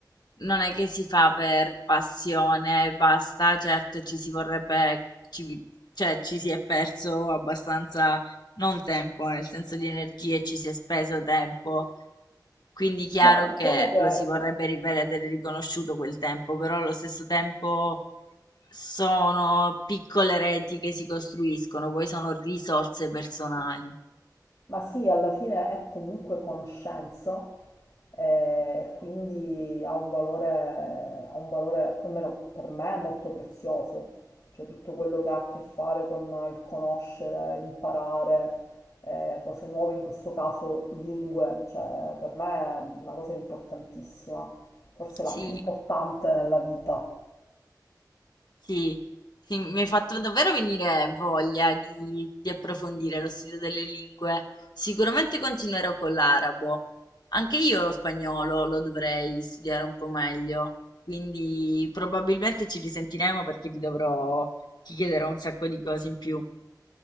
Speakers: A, on the left; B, on the left.
A: non è che si fa per passione, e basta, certo ci si vorrebbe, ci, cioè ci si è perso abbastanza, non tempo, eh, nel senso di energie, ci si è speso tempo, quindi chiaro
B: Beh, diciamo
A: che
B: che,
A: lo si vorrebbe rivedere riconosciuto quel tempo, però allo stesso tempo sono piccole reti che si costruiscono, poi sono risorse personali.
B: ma sì, alla fine è comunque conoscenza e quindi ha un valore, ha un valore, almeno per me, molto prezioso. Cioè tutto quello che ha a che fare con il conoscere, imparare, eh, cose nuove, in questo caso lingue, cioè per me è una cosa importantissima, forse
A: Sì,
B: la più importante nella vita.
A: Sì, sì, mi hai fatto davvero venire voglia di, di approfondire lo studio delle lingue. Sicuramente continuerò con l'arabo. Anche io lo spagnolo lo dovrei studiare un po' meglio, quindi probabilmente ci risentiremo perché ti dovrò, ti chiederò un sacco di cose in più